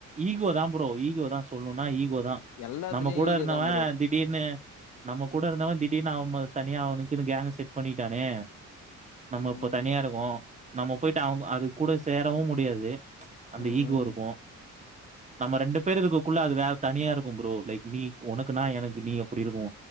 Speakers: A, on the right; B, on the left.
A: ஈகோ தா ப்ரோ ஈகோதா சொல்ணணுனா ஈ கோதா
B: எல்லாத்துலயு
A: நம்ம கூட
B: ஈகோ
A: இருந்தவ
B: தா ப்ரோ
A: திடீர்னு நம்ம கூட இருந்தவ திடீர்னு அவ ம தனியா அவுனுக்குனு கேங்க செட் பண்ணிட்டானே நம்ம
B: ம்
A: இப்ப தனியா இருக்கோ நம்ம போயிட்டு அவுங்க அது கூட சேரவு முடியாது அந்த
B: ம்
A: ஈகோ இருக்கு நம்ம ரெண்டு பேர் இருக்கக்குள்ள அது வேற தனியா இருக்கு ப்ரோ லைக் மீக் உனக்கு நா எனக்கு நீ அப்டி இருக்கு